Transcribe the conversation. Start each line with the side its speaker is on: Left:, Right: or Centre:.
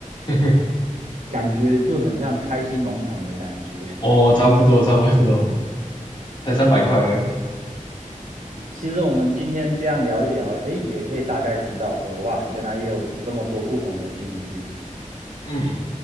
Left: <laughs>
Right: 感觉就很像开心农场的感觉。
Left: 哦，差不多差不多，才三百块而已
Right: <laughs> 其实我们今天这样聊一聊，诶，也可以大概知道说，哇，原来也有这么多不同的兴趣。
Left: 嗯。